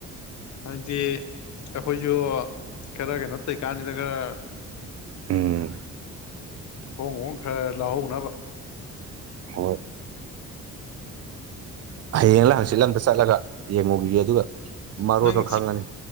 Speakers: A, on the left; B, on the right.
A: ꯍꯥꯏꯗꯤ ꯑꯩꯈꯣꯏꯖꯨ ꯈꯔ ꯀꯩꯅꯣ ꯇꯧꯏꯀꯥꯟꯁꯤꯗ ꯈꯔ
B: ꯎꯪ
A: ꯍꯣꯡ ꯍꯣꯡ ꯈꯔ ꯂꯎꯍꯧꯅꯕꯥ
B: ꯍꯣꯏ ꯍꯌꯦꯡꯂ ꯂꯥꯡꯆꯤꯠꯂꯗ ꯆꯠꯂꯒ ꯌꯦꯡꯉꯨꯈꯤꯒ ꯑꯗꯨꯒ ꯃꯔꯣꯟꯗꯣ
A: ꯅꯪ
B: ꯈꯪꯉꯅꯤ